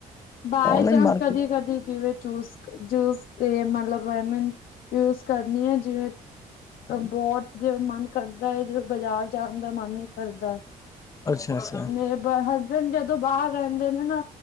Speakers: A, on the left; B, on the left.
A: ਬਾਏ
B: ਔਨਲਾਈਨ
A: ਚਾਂਸ
B: ਮਾਰਕੀਟ
A: ਕਦੀ-ਕਦੀ ਜਿਵੇਂ ਚੂਸ-ਜੂਸ ਮਤਲਬ ਐਮਾਂ ਨ ਯੂ ਕਰਨੀ ਆ ਜਿਵੇਂ ਤਾਂ ਬਹੁਤ ਜਿਵੇਂ ਮਨ ਕਰਦਾ ਏ, ਬਾਜ਼ਾਰ ਜਾਨ ਦਾ ਮਨ ਨਹੀਂ ਕਰਦਾ
B: ਅੱਛਾ-ਅੱਛਾ।
A: ਮੇਰੇ ਬ ਹਸਬੈਂਡ ਜਦੋਂ ਬਾਹਰ ਰਹਿੰਦੇ ਨੇ ਨਾ